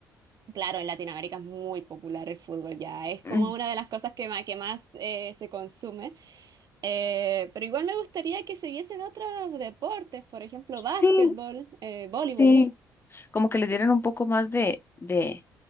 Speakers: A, on the right; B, on the left.
A: Claro, en Latinoamérica es muy popular el fútbol ya, es como
B: Mm,
A: una de las cosas que más, que más eh, se consume. Eh, pero igual me gustaría que se viesen otros deportes, por ejemplo, básquetbol,
B: Sí,
A: eh, voleibol,
B: sí. Como que les dieran un poco más de, de,